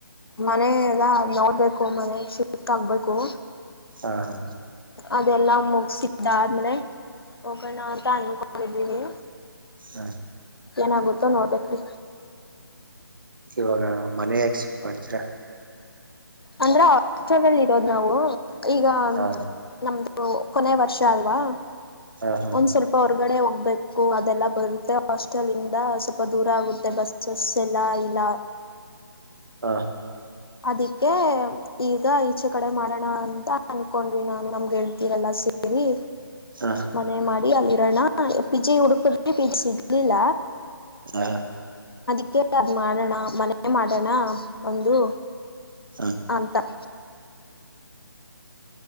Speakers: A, on the left; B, on the right.
A: ಮನೆ ಅದ ನೋಡ್ಬೇಕು ಮನೆ ಶಿಟ್ ಆಗ್ಬೇಕು.
B: ಹ್ಮ ಹ್ಮ
A: ಅದೆಲ್ಲಾ ಮುಗತಿದ್ದ ಆದ್ಮೇಲೆ ಹೋಗೋಣ ಅಂತ ಅನ್ಕೊಂಡಿದ್ದೀಿ
B: ಹ್ಮ
A: ಏನಾಗುತ್ತೋ ನೋಡ್ಬೇಕ್ರಿ.
B: ಇವಾಗ ಮನೆಯಾಗಿ ಶಿಫ್ಟ್ ಮಾಡ್ತೀರಾ?
A: ಅಂದ್ರೆ ಹಾಸ್ಟೆಲ್ ಇರೋದು್ ನಾವು ಈಗ
B: ಹಾ
A: ನಮ್ದ ಕೊನೆೆಯ ವರ್ಷ ಅಲ್ವಾ.
B: ಹಾ ಹಾ
A: ಒಂದ್ ಸ್ವಲ್ಪ ಹೊರ್ಗಡೆ ಬು ಅದೆಲ್ಲ ಬರುತ್ತೆ ಹಾಸ್ಟೆಲ್ಂದ ಸ್ವಲ್ಪ ದೂರ ಆಗುತ್ತೆ ಬಸ್ಸಸ್ ಎಲ್ಲಾ ಇಲ್ಲ.
B: ಹಾ
A: ಅದಿಕ್ಕೆ ಈಗ ಈಚೆ ಕಡೆ ಮಾಡೋಣ ಅಂತ ಅನ್ಕೊಂಡ್ವಿ ನಾನ್ ನಮ್ಗೆ ಹೇಳ್ತೀರಲ್ಲ ಸೇರಿ.
B: ಹಾ
A: ಮನೆ ಮಾಡಿ ಅಲ್ಲಿಿರಣ ಪಿಜಯ್ ಉಡುಕದ ಪಿಜಿ ಇಲ್ಲ
B: ಹ್ಮ
A: ಅದಕೆ ಅದು ಮಾಡೋಣ ಮನೆ ಮಾಡೋಣ ಒಂದು.
B: ಹಾ
A: ಅಂತ ಹಾ